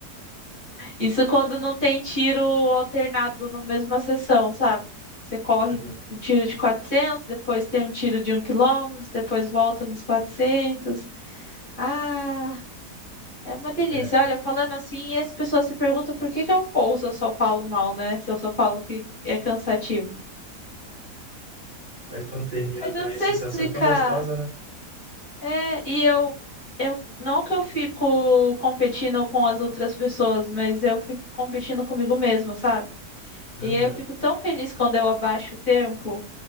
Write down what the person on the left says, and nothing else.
Isso quando não tem tiro alternado na mesma sessão, sabe? Você corre
um tiro de 400, depois tem um tiro de um quilômetro, depois volta nos 400. Ah, é uma delícia.
Olha, falando assim, as pessoas se perguntam por que que eu corro se eu só falo mal, né? Se eu só falo que é cansativo.
Mas
eu não sei
explicar.
É, e eu, eu não que eu fico competindo com as outras pessoas, mas eu fico competindo comigo mesmo, sabe?
E aí eu fico tão feliz quando eu abaixo o tempo.